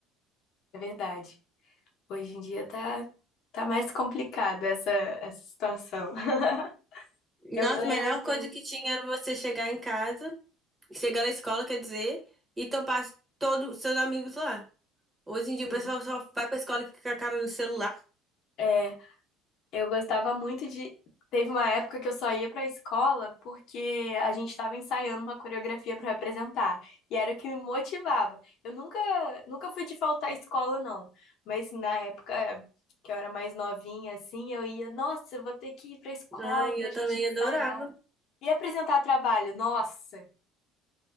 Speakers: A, on the left; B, on the right.
A: é verdade. Hoje em dia tá, tá mais complicada essa, essa situação. <laughs>
B: E
A: Eu
B: nossa,
A: lembro
B: a melhor
A: que,
B: coisa que tinha era você chegar em casa, chegar na escola, quer dizer, e topar todos seus amigos lá. Hoje em
A: sim,
B: dia, o pessoal só vai pra escola e fica com a cara no celular.
A: é, eu gostava muito de. Teve uma época que eu só ia pra escola porque a gente tava ensaiando uma coreografia pra apresentar. E era o que me motivava. Eu nunca, nunca fui de faltar à escola, não. Mas na época que eu era mais novinha, assim, eu ia, nossa, eu vou ter que ir pra escola
B: Ai,
A: pra
B: eu
A: gente
B: também
A: ensaiar.
B: adorava.
A: E apresentar trabalho, nossa!